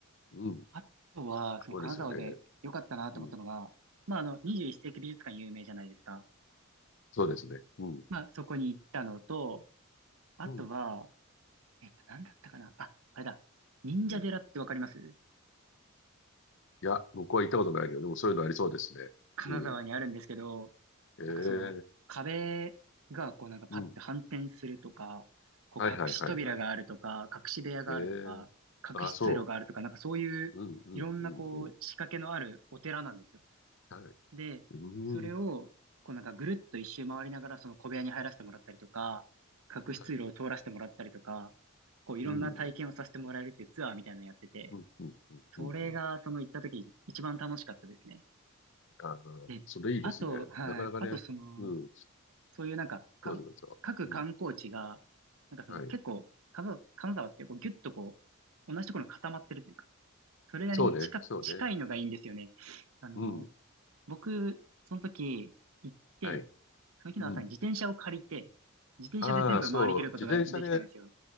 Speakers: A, on the left; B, on the right.
A: うん。
B: あとは、その金沢で良かったなと思ったのが、
A: そうですよね。うん。
B: まあ、あの、21世紀美術館有名じゃないですか。
A: そうですね。うん、
B: まあ、そこに行ったのと、あとは、
A: うん、
B: えっと、なんだったかな。あ、あれだ。忍者寺ってわかります
A: うん。いや、僕は行ったことないけど、でもそういうのありそうですね。
B: 金沢にあるんですけど、
A: うん。え
B: なんかその壁がこうなんかパッて反転するとか、
A: え、うん。
B: こう隠し扉があるとか、
A: はいはいはいはい。
B: 隠し部屋があるとか、
A: ええ。
B: 隠し通路があるとか、
A: あ、そ
B: なんかそういういろんなこう仕掛けのあるお寺なんですよ。
A: う。うん、うん、うん、うん。はい。
B: で、
A: うん、
B: それをこうなんかぐるっと一周回りながらその小部屋に入らせてもらったりとか、隠し通路を通らせてもらったりとか、
A: はい。
B: こういろんな体験をさせてもらえるっていうツアーみたいなのやってて、
A: うん、うん、うん、うん、
B: それがその行った時一番楽しかったですね。
A: うん。うんああ、
B: で、
A: それいいですね。
B: あと、はい。
A: なかなかね。
B: あと、その、
A: うん。
B: そういうなんか、か、
A: どうぞどうぞ。
B: 各観光地が、
A: うん。
B: なんかその、
A: はい。
B: 結構、金沢、金沢ってこうギュッとこう、同じところに固まってるというか、それなりに近、
A: そうね、そうね。
B: 近いのがいいんですよね。あの、
A: うん。
B: 僕、その時行って、
A: はい。
B: その日の朝に自転車を借りて、
A: うん。
B: 自転車で全部回りきることができたんですよ。
A: ああ、そう。自転車で